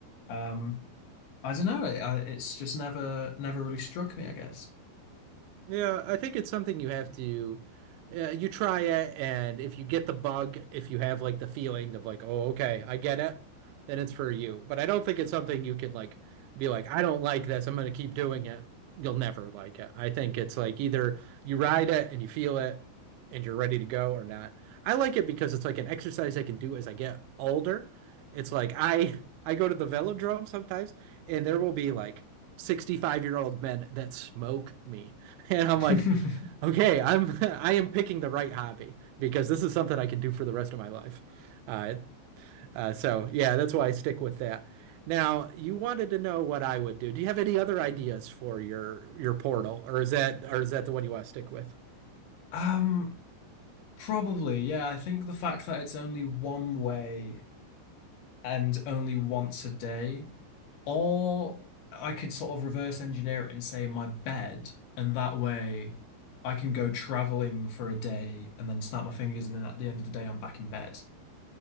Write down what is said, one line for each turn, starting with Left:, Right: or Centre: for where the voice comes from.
Left: um I don't know. It, I, it's just never never really struck me, I guess.
Right: Yeah, I think it's something you have to uh, you try it and if you get the bug, if you have like the feeling of like, "Oh, okay, I get it," then it's for you. But I don't think it's something you can like be like, "I don't like this. I'm going to keep doing it." You'll never like it. I think it's like either you ride it and you feel it and you're ready to go or not. I like it because it's like an exercise I can do as I get older. It's like I I go to the velodrome sometimes and there will be like 65 year old men that smoke me <laughs> And I'm
Left: <laughs>
Right: like, okay, I'm <laughs> I am picking the right hobby because this is something I can do for the rest of my life. Uh, uh, so yeah, that's why I stick with that. Now, you wanted to know what I would do. Do you have any other ideas for your your portal, or is that or is that the one you want to stick with?
Left: Um, probably, yeah. I think the fact that it's only one way and only once a day, or I could sort of reverse engineer it and say my bed, and that way I can go traveling for a day and then snap my fingers, and then at the end of the day I'm back in bed.